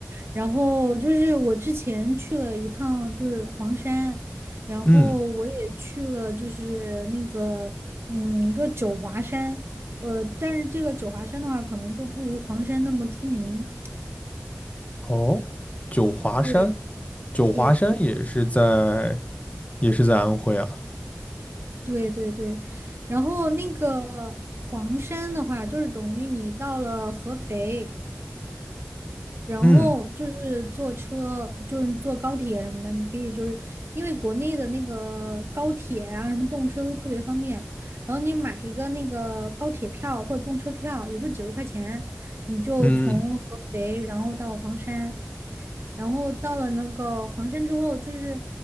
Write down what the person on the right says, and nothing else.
然后就是我之前去了一趟，就是黄山，然后我也去了，
就是那个嗯，一个九华山。呃，但是这个九华山的话，可能就不如黄山那么出名。
对
对
对对对，然后那个黄山的话，就是等于你到了合肥，然后就是坐车，
就是坐高铁什么的，你可以就是因为国内的那个高铁啊，什么动车都特别方便。然后你买一个那个高铁票或者动车票，也就几十块钱，你就从合肥然后到黄山，
然后到了那个黄山之后，就是